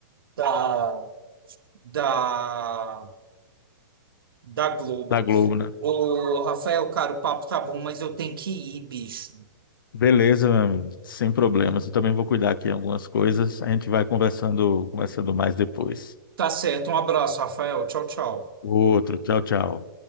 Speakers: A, on the right; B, on the left.
A: Da, da, da Globo.
B: Da Globo, né?
A: Ô, Rafael, cara, o papo tá bom, mas eu tenho que ir, bicho.
B: Beleza, meu amigo, sem problemas. Eu também vou cuidar aqui em algumas coisas. A gente vai conversando, conversando mais depois.
A: Tá certo, um abraço, Rafael. Tchau, tchau.
B: Outro, tchau, tchau.